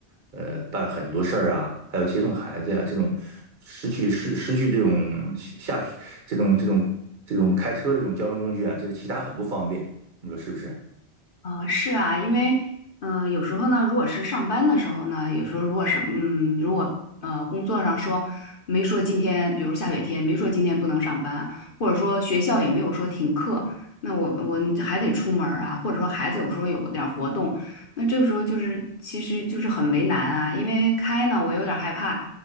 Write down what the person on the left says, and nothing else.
啊，是啊，因为，嗯、有时候呢，如果是上班的时候呢，有时候如果是，嗯，如果呃工作上说没说今天，比如下雪天没说今天不能上班，或者说学校也没有说停课，那我我还得出门儿啊，或者说孩子有时候有点儿活动，那这个时候就是其实就是很为难啊，因为开呢我有点儿害怕，